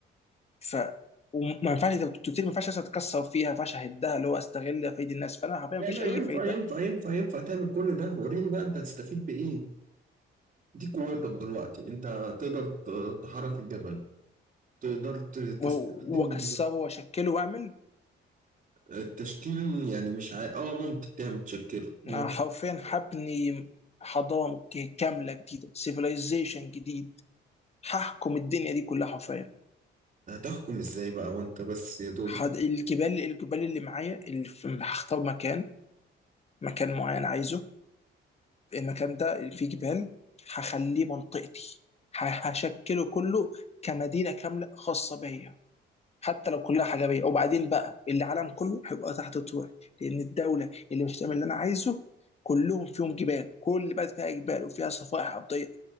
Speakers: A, on the left; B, on the right.
A: ف وما ينفعش انت بتقول لي ما ينفعش أصلاً اتكسر فيها ما ينفعش اهدها اللي هو استغل فايد الناس فانا حرفيا ما
B: لا
A: فيش
B: لا
A: اي
B: ينفع
A: فايده
B: ينفع ينفع ينفع تعمل كل ده وريني بقى انت هتستفيد بايه دي قوتك دلوقتي انت تقدر ت- تحرك الجبل تقدر ت- تستخدم
A: و- واكسره واشكله واعمل
B: التشكيل يعني مش عا... اه ممكن تعمل تشكيل ممكن
A: انا حرفيا هبني حضاره ك- كامله جديده سيفيلايزيشن جديد هحكم الدنيا دي كلها حرفيا
B: هتحكم ازاي بقى وانت بس يا دوب
A: هد- الجبال الجبال اللي معايا اللي في- هختار مكان مكان معين عايزه المكان ده اللي فيه جبال هخليه منطقتي ه- هشكله كله كمدينه كامله خاصه بيا حتى لو كلها حجابيه وبعدين بقى العالم كله هيبقى تحت طوعي لان الدوله اللي مش هتعمل اللي انا عايزه كلهم فيهم جبال كل بلد فيها جبال وفيها صفائح ارضيه